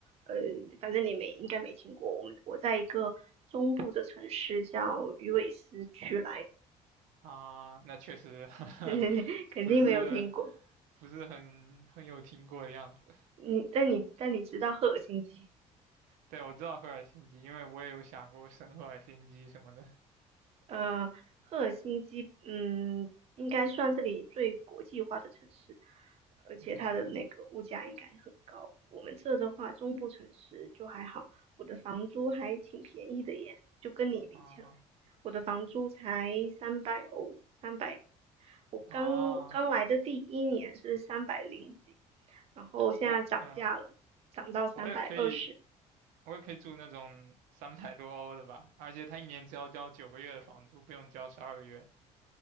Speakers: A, on the right (about 50°); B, on the right (about 90°).
A: 呃，反正你没应该没听过，我们我在一个中部的城市叫鱼尾狮区来，
B: 啊？那确实
A: <laughs>
B: <laughs>
A: 肯定没有听过。
B: 不是。不是很很有听过的样子。
A: 你但你但你知道赫尔辛基？
B: <laughs> 对，我知道赫尔辛基，因为我也有想过圣赫尔辛基什么的。
A: 呃，赫尔辛基嗯，应该算这里最国际化的城市，而且它的那个物价应该很高。
B: 嗯
A: 我们这的话，中部城市就还好，我的房租还挺便宜的耶，就跟你比起来。
B: 啊
A: 我的房租才三百欧，三百，我刚刚来的第一年是三百零几，
B: 啊，
A: 然后现在涨价了，
B: 我嗯、呃
A: 涨到三百二十
B: 我也可以，我也可以住那种三百多欧的吧，而且他一年只要交九个月的房租，不用交十二个月。